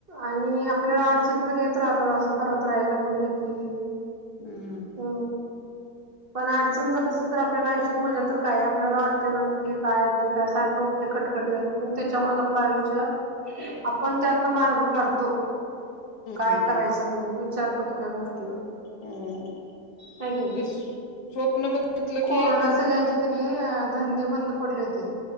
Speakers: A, on the right; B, on the left.
A: आणि आपल्याला अडचणी तर येत राहतात असं करत राहाला म्हणलं की
B: हम्म
A: हो. पण अडचण जर असेल तर आपल्याला आयुष्यात मजा तर काय आपल्याला वाटते ना की काय येत काय सारखं उठले कट- कट पण त्याच्यामुळे आपलं आयुष्य आपण त्यातन मार्ग काढतो. काय
B: हम्म
A: करायचं म्हणून विचार करतो त्या गोष्टीवर.
B: हम
A: काय की नाही
B: ते स्वप्नन बघितलं
A: कोरोना
B: की
A: सगळ्यांचे की नी अ धंदे बंद पडले होते